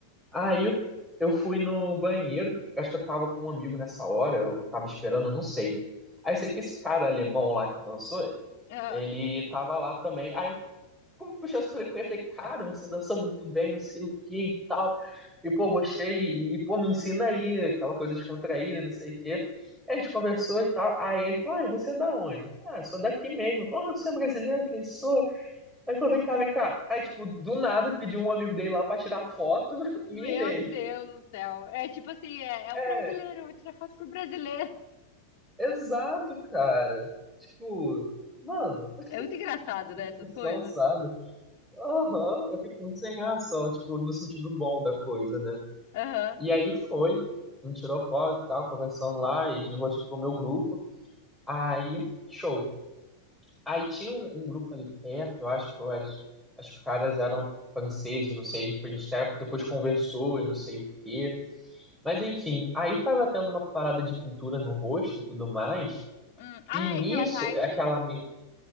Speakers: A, in the centre; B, on the left (about 45°).
A: Aí eu, eu fui no banheiro, acho que eu tava com um amigo nessa hora, eu tava esperando, não sei. Aí sei que esse cara alemão lá que dançou,
B: Ah,
A: ele tava lá também. Aí como puxou, eu falei com ele, falei, cara, você dança muito bem, não sei o que e tal. E, pô, gostei, e, pô, me ensina aí, aquela coisa de contrair, né, não sei o que. A gente conversou e tal. Aí ele falou, ah, e você é da onde? Eu falei, ah, sou daqui mesmo. Ele falou, ah, você é brasileiro? Eu falei, sou. Aí ele falou, vem cá, vem cá. Aí, tipo, do nada, pediu um amigo dele lá pra tirar foto, <laughs> mim
B: Meu
A: e dele.
B: Deus do céu. É tipo assim, é, é um
A: É,
B: brasileiro, eu vou tirar foto com o brasileiro.
A: exato, cara. Tipo, mano,
B: É muito engraçado,
A: discussão,
B: né, essas coisas.
A: sabe? Aham, eu fico muito sem reação, tipo, no sentido bom da coisa, né?
B: Aham.
A: E aí foi, a gente tirou foto e tal, conversando lá, e de rosto pro meu grupo. Aí, show. Aí tinha um, um grupo ali perto, eu acho que eu era- as caras eram franceses, não sei, tipo, a gente até depois conversou e não sei o quê. Mas enfim, aí tava tendo uma parada de pintura no rosto e tudo mais,
B: Hum. Ah,
A: e nisso,
B: e aquelas artes.
A: é aquela... me-